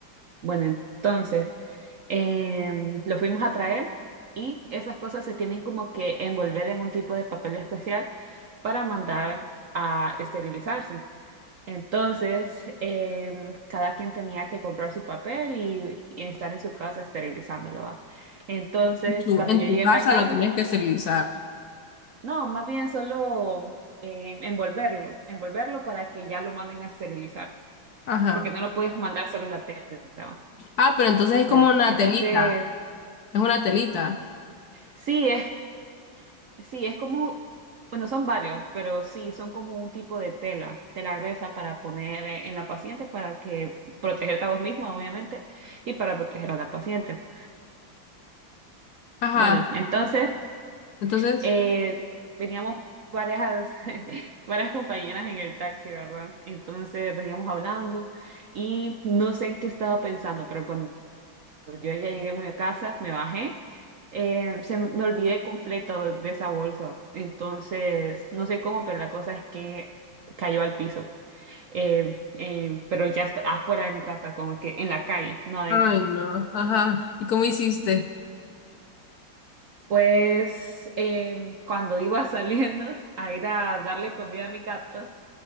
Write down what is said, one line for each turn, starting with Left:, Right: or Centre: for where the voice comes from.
Right: Bueno, entonces em, lo fuimos a traer y esas cosas se tienen como que envolver en un tipo de papel especial para mandar a esterilizarse. Entonces, em, cada quien tenía que comprar su papel y, y estar en su casa esterilizándolo, ¿va? Entonces,
Left: En tu,
Right: cuando
Left: en
Right: yo llegué
Left: tu casa
Right: a mi casa,
Left: lo tenías que esterilizar.
Right: no, más bien solo em, envolverlo, envolverlo para que ya lo manden a esterilizar,
Left: Ajá.
Right: porque no lo puedes mandar solo la tela, ¿va?
Left: Ah, pero entonces es
Right: Bueno,
Left: como una
Right: entonces,
Left: telita. Es una telita.
Right: sí, es Sí, es como, bueno, son varios, pero sí, son como un tipo de tela, tela gruesa para poner eh, en la paciente para que protegerte a vos mismo, obviamente, y para proteger a la paciente.
Left: Ajá.
Right: Bueno, entonces,
Left: Entonces,
Right: eh, veníamos varias, <laughs> varias compañeras en el taxi, ¿verdad? Entonces veníamos hablando y no sé en qué estaba pensando, pero cuando Yo ya llegué a mi casa, me bajé, eh, se m- me olvidé completo de de esa bolsa. Entonces, no sé cómo, pero la cosa es que cayó al piso. Eh, eh, pero ya está afuera de mi casa, como que en la calle, no adentro.
Left: ay no, ajá. ¿Y cómo hiciste?
Right: Pues em, cuando iba <laughs> saliendo a ir a darle comida a mis gatos,